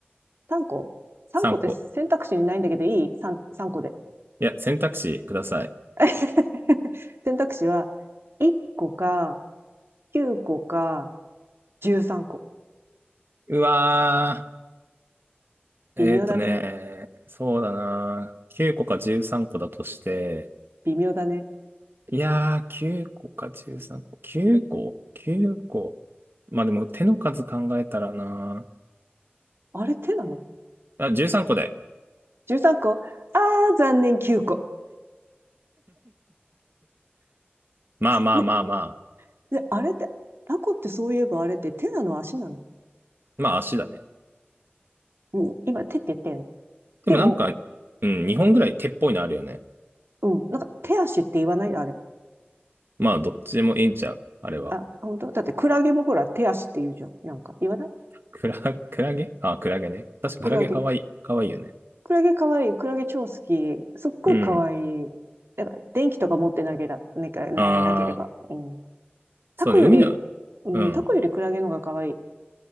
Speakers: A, on the right (about 80°); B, on the right (about 65°).
A: 3個 ?3
B: 3個。
A: 個って選択肢にないんだけどいい ?3、3個で。
B: いや、選択肢ください。
A: <laughs> 選択肢は1個か9個か13個。
B: うわー。
A: 微妙だね。
B: えーっとね、そうだな。9個か13個だとして、
A: 微妙だね。
B: いやー、9個か13個。9個 ?9 個。まあでも手の数考えたらな。
A: あれ手なの
B: あ、13個で。
A: ?13 個あー、残念9個。
B: まあまあまあまあ。
A: ね、で、あれって、タコってそういえばあれって手なの足なの、
B: まあ足だね。
A: うん、今手って言ってん。
B: でもなんか、
A: でも、
B: うん、2本ぐらい手っぽいのあるよね。
A: うん。なんか、手足って言わないあれ。
B: まあどっちでもいいんちゃう。あれは。
A: あ、本当だってクラゲもほら、手足って言うじゃん。なんか、言わない
B: クラ、<laughs> クラゲあ、クラゲね。確かクラゲかわいい。
A: クラゲ。
B: かわいいよね。
A: クラゲ可愛い。クラゲ超好き。すっごい可愛い。
B: うん。
A: やっぱ、電気とか持ってなけら、なけねなければ。
B: あー、
A: うん。
B: そうね。
A: タコより、
B: 海の、
A: うん、
B: うん。
A: タコよりクラゲの方が可愛い。